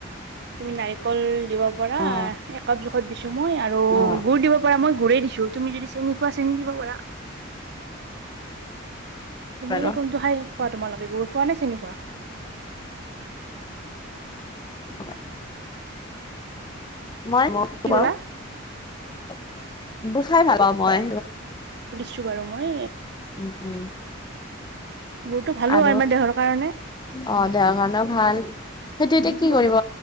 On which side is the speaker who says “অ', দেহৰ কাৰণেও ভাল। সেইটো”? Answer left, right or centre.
Left